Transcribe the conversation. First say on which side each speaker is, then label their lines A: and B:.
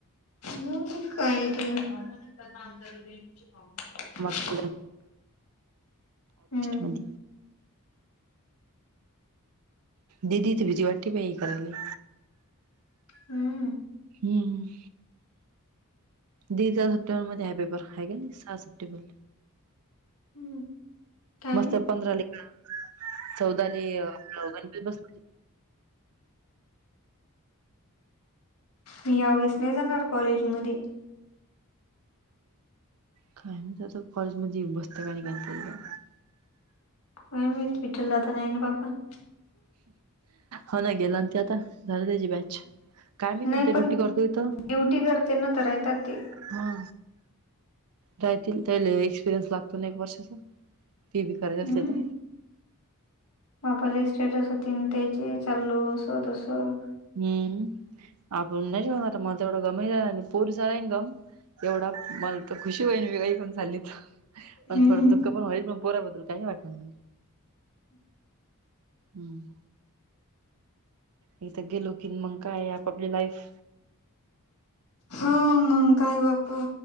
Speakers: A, on the left; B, on the right.
A: नज कायर <unintelligible>
B: ऑगस्ट
A: हम्म
B: मध्यें दिदी तुं भिती वाटी पाई कराली
A: हम्म
B: हम्म. दी चा सप्टेबर मध्ये आहे पेपर. हाय काय सहा सप्टेबर.
A: हम्म. काय
B: मस्त
A: नाही
B: पंधरा ला ऐका चौदाले गणपती बस
A: मी यावेेळेस नाही जाणार कॉलेज मध्ये,
B: कायम त्या कॉलेज मध्ये बसतात आणि गणपतीला
A: अ मी विठ्ठल दादा नाही ना पापा.
B: हो ना. गेला ना तो आता झाली ना त्याची बॅच. काय माहित
A: नाय
B: ते ड्युटी
A: पण ड्युटी
B: करतो इथं
A: करते ना. तर राहितात ते.
B: हा. राहतील त्याला एक्सपिरियन्स लागतो ना एक वर्षाचा. ते बी करायचे असले
A: हम्म.
B: तर
A: बापाले इस्टेटासाठी द्यायची. चाललो असं तसं.
B: हम्म. आपण नाहीत बाबा एवढं कमवलं आणि पोरीचा इन्कम एवढा मला तर खुशी होईन. मी घेऊन चालली तर पण
A: हम्म
B: थोड दुःख पण होईल. पण पोरा बदल काय नाय वाटत. हम्म हम्म. इथ गेलो की, मंग काय आपापली लाईफ
A: हो. मंग काय बापू